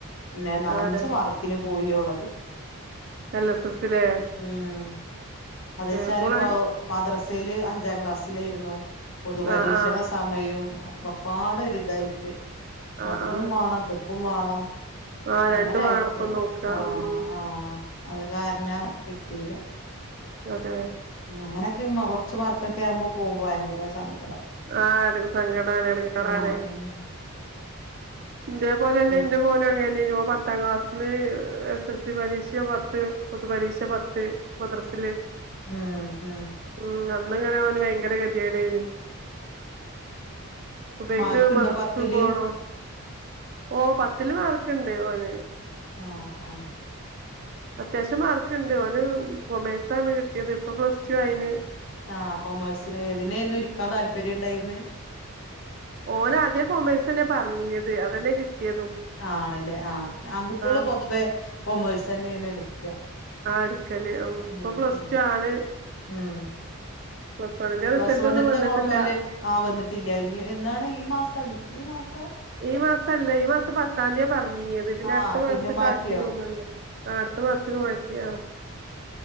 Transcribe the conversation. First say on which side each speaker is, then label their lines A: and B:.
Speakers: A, on the left; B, on the right.
A: <unintelligible>
B: ആഹ്
A: അഞ്ച് മാർക്ക് <unintelligible> പോയി ഓളത്
B: എൽ എസ് എസിലെ
A: ആഹ് അത് വച്ചാല്
B: ഇപ്പോൾ
A: ഇപ്പോ മദ്രസയില് അഞ്ചാം ക്ലാസ്സിലായിരുന്നു പൊതുപരീക്ഷണ
B: ആഹ് ആഹ്
A: മ്മയും ഒക്കെ പാടൊരു ഇതായിട്ട്
B: ആഹ്
A: അതിലും
B: ആഹ് അതെ
A: വേണം ഇത്ക്കും വേണം
B: ആഹ്
A: അങ്ങനെയിട്ട്
B: രണ്ടും വേണപ്പം നോക്ക
A: ആഹ്
B: ഉം ഉം
A: ആഹ് അത് കാരണം കിട്ടീല്ല
B: അതെ
A: ഉം അങ്ങനെക്കെ കൊറച്ച് മാർക്കൊക്കെ ആകുമ്പോ പോകുമ്പോ ഭയങ്കര സങ്കട
B: ആഹ് എനക്ക് സങ്കടാണ് എടങ്ങറാണ്
A: ഉം
B: ഇതേപോലെന്നെ
A: ഉം
B: എന്റ മോന് അങ്ങനെന്ന് പത്താം ക്ലാസ്സിന് എസ് എസ് എൽ സി പരീക്ഷ പത്ത് പൊതുപരീക്ഷ പത്ത് മദ്രസില്
A: ഉം ഉം
B: ഉം അന്നങ്ങനെ അവന് ഭയങ്കര ഗതികേടായിന് സുബേക്ക്
A: മാർക്കുണ്ടോ
B: മദ്ദ്രസ്സ്
A: പത്തില്
B: പോണം ഓ പത്തില് മാർക്ക്ണ്ട് ഓന്
A: ആഹ് ആഹ്
B: അത്യാവശ്യം മാർക്ക്ണ്ട് ഓന് കൊമേഴ്സാണ് കിട്ടിയത് ഇപ്പൊ പ്ലസ് ടു ആയിന്
A: ആ കൊമേഴ്സിന് ഏതിനെന്നു ഇരിക്കാൻ താല്പര്യം ണ്ടായിര്ന്ന്
B: ഓന് ആദ്യേ കൊമേഴ്സ് ന്നെ പറഞ്ഞിയത് അതന്നെ കിട്ടിയതും
A: ആണല്ലേ ആഹ് ആൺകുട്ടികൾ
B: ആ
A: പൊതുവെ കൊമേഴ്സ് അന്നെയാണ് എടുക്ക
B: ആഹ് എടുക്കല്
A: ഉം
B: ഇപ്പൊ പ്ലസ്
A: ഉം
B: ടു ആണ്
A: ആഹ്
B: പ്ലസ് വണ്ണിന്റെ റിസൾട്ട്
A: പ്ലസ് വണ്ത്തെ
B: ഒന്നും വന്നിട്ടില്ല
A: കൊഴപ്പില്ലേ ആഹ് വന്നിട്ടില്ല ഇ എന്നാണ് ഈ മാസം ഈ മാസ
B: ഈ മാസം അല്ല ഈ മാസം പത്താം തിയ പറഞ്ഞിന്നത് അത് പിന്നെ
A: ആഹ്
B: അടുത്ത മാസത്ത്ക്ക്
A: പിന്നെ മാറ്റിയോ
B: ആക്കിന്ന് തോന്ന്ണ്ട് ആഹ് അടുത്ത മാസത്ത്ക്ക് മാറ്റി ആഹ്